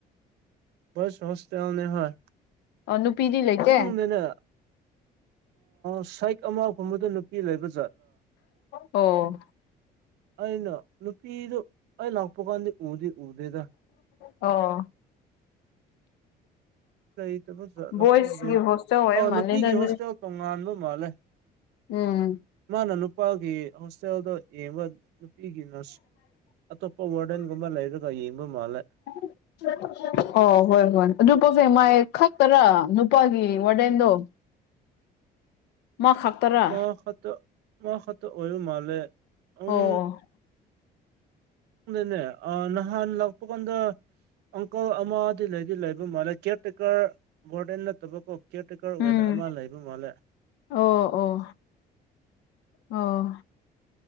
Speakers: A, on the right; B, on the left.
A: ꯕꯣꯏ ꯍꯣꯁꯇꯦꯜꯅꯤꯀꯣ
B: ꯑꯣ ꯅꯨꯄꯤꯗꯤ ꯂꯩꯇꯦ
A: ꯈꯪꯗꯅꯦ ꯁꯥꯏꯛ ꯑꯃ ꯒꯨꯝꯕꯗ ꯅꯨꯄꯤ ꯂꯩꯕ
B: ꯑꯣ
A: ꯑꯩ ꯅꯨꯄꯤꯗꯨ ꯑꯩ ꯂꯛꯄ ꯀꯥꯟꯗꯤ ꯎꯗꯤ ꯎꯗꯦꯗ
B: ꯑꯣ
A: ꯂꯩꯇꯕꯖꯥꯠꯂꯣ
B: ꯕꯣꯏꯁꯀꯤ
A: ꯈꯪꯗꯦ
B: ꯍꯣꯁꯇꯦꯜ ꯑꯣꯏꯕ
A: ꯑ ꯅꯨꯄꯤꯒꯤ
B: ꯃꯥꯜꯂꯦꯗ ꯑꯗꯨꯗꯤ
A: ꯍꯣꯁꯇꯦꯜ ꯇꯣꯉꯥꯟꯕ ꯃꯥꯜꯂꯦ
B: ꯎꯝ
A: ꯃꯥꯅ ꯅꯨꯄꯥꯒꯤ ꯍꯣꯁꯇꯦꯜꯗ ꯌꯦꯡꯕ ꯅꯨꯄꯤꯒꯤ ꯑꯇꯣꯞꯄ ꯋꯥꯔꯗꯦꯟꯒꯨꯝꯕ ꯂꯩꯔꯒ ꯌꯦꯡꯕ ꯃꯥꯜꯂꯦ
B: <unintelligible> ꯑꯣ ꯍꯣꯏ ꯍꯣꯏ ꯑꯗꯨ ꯄꯣꯠꯁꯦ ꯃꯥꯏ ꯈꯛꯇꯔꯥ ꯅꯨꯄꯥꯒꯤ ꯋꯥꯔꯗꯦꯟꯗꯣ ꯃꯥ ꯈꯥꯛꯇꯔꯥ
A: ꯃꯥ ꯈꯛꯇ ꯃꯥ ꯈꯠꯇ ꯑꯣꯏꯕ ꯃꯥꯂꯦ ꯎꯝ
B: ꯑꯣ ꯑꯣ
A: ꯈꯪꯗꯦꯅꯦ ꯅꯍꯥꯟ ꯂꯥꯛꯄꯀꯥꯟꯗ ꯑꯪꯀꯜ ꯑꯃ ꯂꯩ ꯂꯩꯕ ꯃ ꯀꯦꯌꯔ ꯇꯦꯀꯔ ꯗꯦꯟꯅ ꯇ ꯀꯤꯌꯔꯇꯦꯛꯀꯔ ꯑꯣꯏꯅ
B: ꯎꯝ
A: ꯑꯃ ꯂꯩꯕ ꯃꯥꯜꯂꯦ
B: ꯑꯣ ꯑꯣ ꯑꯣ